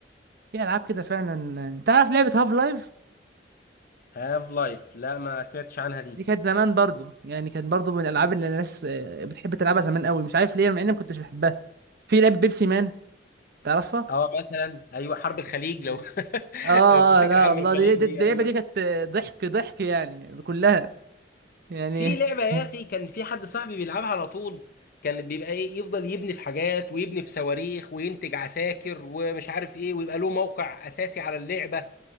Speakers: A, on the right (about 60°); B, on the left (about 55°).
A: في العاب كده فعلا تعرف لعبه هاف لايف
B: هاف لايف لا ما سمعتش عنها دي
A: دي كانت زمان برضو يعني كانت برضو من الالعاب اللي الناس آه، بتحب تلعبها زمان قوي مش عارف ليه مع اني ما كنتش بحبها في لعبه بيبسي مان تعرفها
B: اه مثلا ايوه حرب الخليج
A: بيبسي مان
B: لو <laughs>
A: اه
B: لو تفتكر
A: آه، لا
B: حرب
A: الله
B: الخليج
A: دي دي-
B: دي
A: دي
B: ايوه
A: اللعبه دي كانت آه، ضحك ضحك يعني كلها يعني
B: في لعبه يا
A: <laughs>
B: اخي كان في حد صاحبي بيلعبها على طول كان بيبقى ايه يفضل يبني في حاجات ويبني في صواريخ وينتج عساكر ومش عارف ايه ويبقى له موقع اساسي على اللعبه